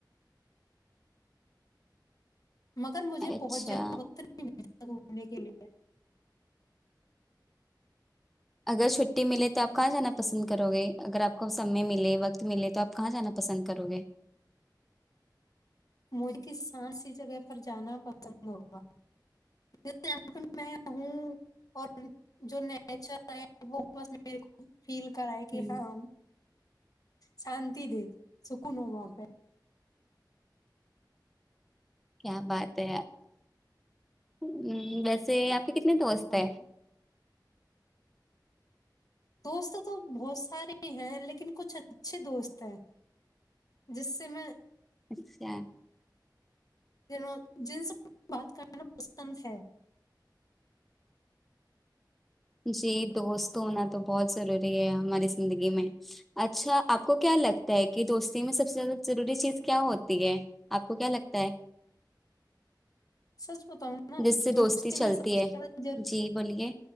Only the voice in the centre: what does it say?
اچھا
اگر چھٹی ملے تو آپ کہاں جانا پسند کرو گے اگر آپ کو سمے ملے وقت ملے تو آپ کہاں جانا پسند کرو گے
ہوں،
کیا بات ہے یار ہ ویسے آپ آ کتنے تووستے
ہے
اچھا
جی دوست ہونا تو بہت ضروری ہے ہماری زندگی میں اچھا آپ کو کیا لگتا ہے کہ دوستی میں سب سے زیادہ ضروری چیز کیا ہوتی ہے آپ کو کیا لگتا ہے
جس سے
چلتی
ہے
جی بولیے